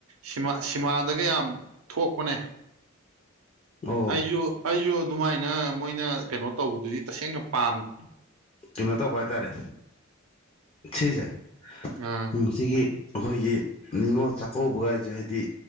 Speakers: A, on the right; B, on the left.
A: ꯁꯤꯃꯥ ꯁꯤꯃꯥꯟꯗꯒ ꯌꯥꯝ ꯊꯣꯛꯄꯅꯦ
B: ꯑꯣ
A: ꯑꯩꯁꯨ ꯑꯩꯁꯨ ꯑꯗꯨꯃꯥꯏꯅ ꯃꯣꯏꯅ ꯀꯩꯅꯣ ꯇꯧꯕꯗꯨꯗꯤ ꯇꯁꯦꯡꯅ ꯄꯥꯝꯗꯦ
B: ꯀꯩꯅꯣ ꯇꯧꯕ ꯍꯥꯏꯇꯥꯔꯦ ꯁꯤꯁꯦ
A: ꯑ
B: ꯎꯝ ꯁꯤꯒꯤ ꯑꯩꯈꯣꯏꯒꯤ ꯅꯤꯡꯅꯤꯉꯣꯜ ꯆꯥꯛꯀꯧꯕꯒ ꯍꯥꯏꯁꯦ ꯍꯥꯏꯗꯤ